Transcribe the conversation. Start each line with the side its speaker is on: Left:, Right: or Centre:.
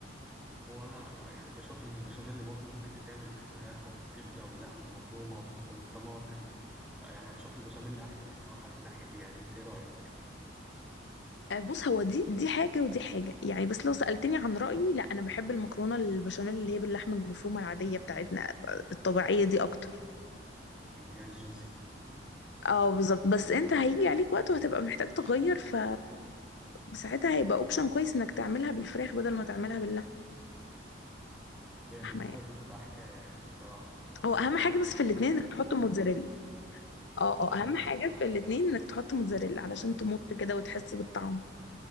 Centre: هو انا انا يعني بشوف ان البشاميل برضو ممكن تتعمل بالفراخ وبالكبده واللحمه المفرومه وبالطماطم يعني انا بشوف البشاميل احسن الصراحه من ناحيه دي يعني انت ايه رايك
Left: آه، بص هو دي دي حاجة ودي حاجة يعني بس لو سألتني عن رأيي لا أنا بحب المكرونة البشاميل اللي هي باللحمة المفرومة العادية بتاعتنا الطبيعية دي أكتر
Centre: اللي هي الجوسي
Left: اه بالظبط بس انت هيجي عليك وقت وهتبقى محتاج تغير ف ساعتها هيبقى اوبشن كويس انك تعملها بالفراخ بدل ما تعملها باللحمة
Centre: هي بالفراخ
Left: يعني
Centre: بتبقى حكايه يعني الصراحه بس
Left: هو اهم
Centre: طبعا
Left: حاجة بس في الاتنين انك تحط موتزاريلا اه
Centre: اه
Left: اه اهم حاجة في الاتنين انك تحط موتزاريلا علشان تمط كده وتحس بالطعم